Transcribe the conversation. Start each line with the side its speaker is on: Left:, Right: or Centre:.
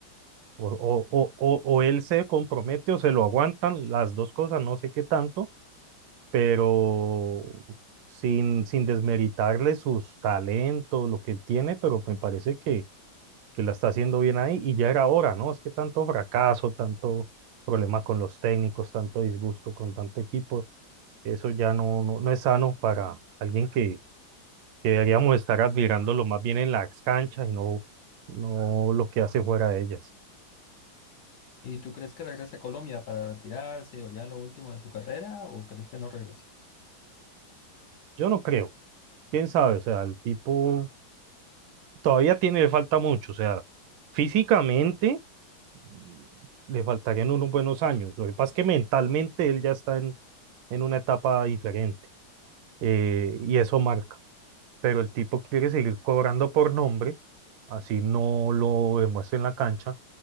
Right: O, o- o- o- o él se compromete o se lo aguantan, las dos cosas, no sé qué tanto, pero sin, sin desmeritarle sus talentos, lo que él tiene, pero me parece que, que la está haciendo bien ahí y ya era hora, ¿no? Es que tanto fracaso, tanto problema con los técnicos, tanto disgusto con tanto equipo, eso ya no, no, no es sano para alguien que, que deberíamos estar admirándolo más bien en las canchas y no, no lo que hace fuera de ellas.
Left: ¿Y tú crees que regrese a Colombia para retirarse o ya lo último de su carrera o crees que no regrese?
Right: Yo no creo. quién sabe, o sea, el tipo todavía tiene, le falta mucho, o sea, físicamente mm, le faltarían unos buenos años. Lo que pasa es que mentalmente él ya está en, en una etapa diferente eh, y eso marca. Pero el tipo quiere seguir cobrando por nombre, así no lo demuestra en la cancha.